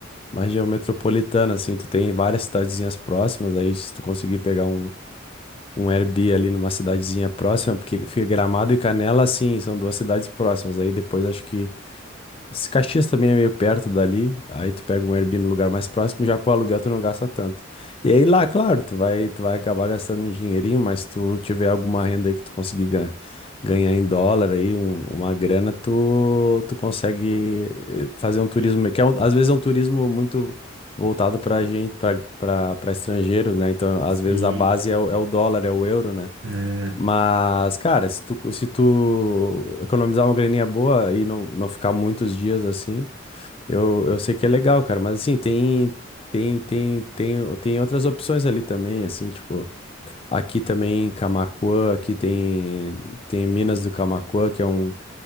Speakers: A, on the left; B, on the right.
A: uma região metropolitana, assim, tu tem várias cidadezinhas próximas, aí se tu conseguir pegar um, um Airbnb ali numa cidadezinha próxima, porque fica Gramado e Canela, assim, são duas cidades próximas, aí depois acho que se Caxias também é meio perto dali, aí tu pega um Airbnb no lugar mais próximo, já com o aluguel tu não gasta tanto. E aí lá, claro, tu vai, tu vai acabar gastando um dinheirinho, mas se tu tiver alguma renda aí que tu conseguir ganhar, ganhar em dólar aí, um- uma grana, tu, tu consegue eh, fazer um turismo,
B: Sim,
A: que é um- às vezes é um turismo muito voltado pra gente, pra, pra, pra estrangeiro, né? Então, às
B: sim,
A: vezes a base é o, é o dólar, é o euro, né?
B: é,
A: Mas, cara, se tu, se tu economizar uma graninha boa e não, não ficar muitos dias assim, eu, eu sei que é legal, cara. Mas assim, tem, tem, tem, tem, tem outras opções ali também, assim, tipo, aqui também em Camaquã, aqui tem, tem Minas do Camaquã, que é um